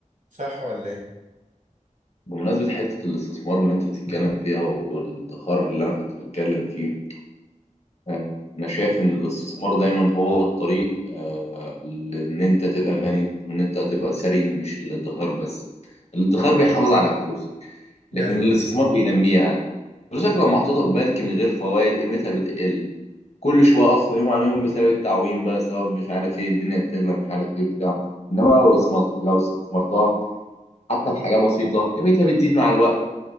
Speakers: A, on the right; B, on the left.
A: صح ولا ايه
B: بمناسبة حتة الاستثمار اللي انت بتتكلم فيها والادخار اللي انا كنت بتكلم فيه آه، انا شايف ان الاستثمار دايما هو الطريق آه، لان انت تبقى غني وان انت تبقى ثري مش الادخار بس الادخار بيحافظ على فلوسك
A: ده
B: لكن
A: ايوه
B: الاستثمار
A: فاهم.
B: بينميها فلوسك لو محطوطة في بنك من غير فوائد قيمتها بتقل كل شوية اصلا يوم عن يوم بسبب التعويم بقى سبب مش عارف ايه الدنيا بتغلى مش عارف ايه بتاع انما لو استثمر- لو استثمرتها حتى بحاجة بسيطة قيمتها بتزيد مع الوقت